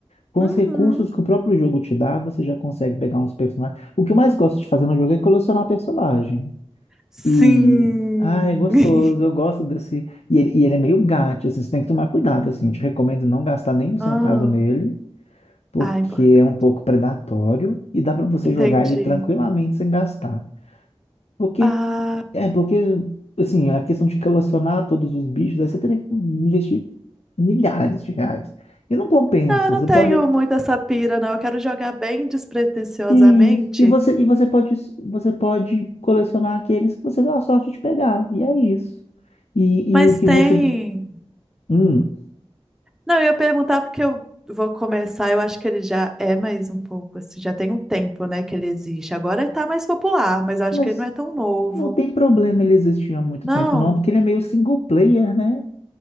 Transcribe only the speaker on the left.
Com
os recursos que o próprio jogo te dá, você já consegue pegar uns personagens. O que eu mais gosto de fazer no jogo é colecionar personagem.
E, ah, é gostoso,
eu gosto desse. E ele, e ele é meio gato, assim, você tem que tomar cuidado, assim. Eu te recomendo não gastar nem um centavo
nele, porque
é um pouco predatório e dá para você
jogar ele tranquilamente sem gastar. Porque,
é, porque, assim, a questão de colecionar todos os bichos, aí você teria que investir milhares de reais. E não compensa,
você
pode.
E, e você, e você pode, você pode colecionar aqueles que você deu a sorte de pegar. E é isso. E,
e o que
você. Hum,
mas
não tem problema ele existir há muito
tempo, não, porque ele é meio single player, né?